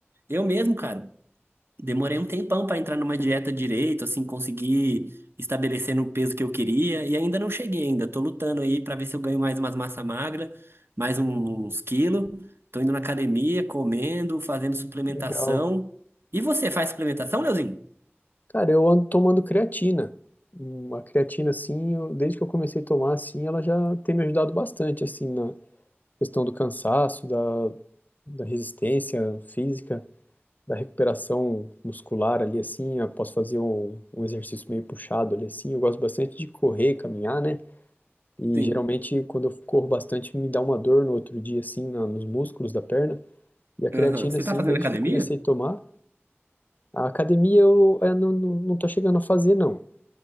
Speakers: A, on the right; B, on the left.
A: Eu mesmo, cara, demorei um tempão pra entrar numa dieta direito, assim, conseguir estabelecer no peso que eu queria e ainda não cheguei ainda. Tô lutando aí pra ver se eu ganho mais umas massa magra, mais uns quilos. Tô indo na academia, comendo, fazendo suplementação.
B: Legal.
A: E você faz suplementação, Leozinho?
B: Cara, eu ando tomando creatina. Uma creatina, assim, eu- desde que eu comecei a tomar, assim, ela já tem me ajudado bastante, assim, na questão do cansaço, da, da resistência física, da recuperação muscular ali assim. Eu posso fazer um, um exercício meio puxado ali assim. Eu gosto bastante de correr, caminhar, né? E
A: Sim.
B: geralmente quando eu corro bastante me dá uma dor no outro dia assim na- nos músculos da perna. E a creatina
A: Aham. Você
B: assim,
A: tá fazendo
B: desde
A: academia?
B: que eu comecei a tomar, a academia eu, eh, não, não, não tô chegando a fazer não.